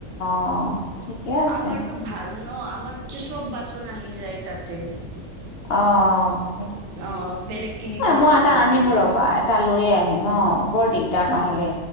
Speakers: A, on the left; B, on the right.
A: অ', ঠিকে আছে
B: আমাৰটো ভাল ন আমাৰ যে চব বাচন আহি যায় তাতে
A: অ', - অ',
B: অ', বেলেগ কিনিব লগা
A: মই এটা
B: হোৱা
A: আনিম
B: নাই যে বাচন
A: ৰবা, এটা লৈয়ে আহিম অ', বৰ দিগদাৰ
B: অ
A: নহ'লে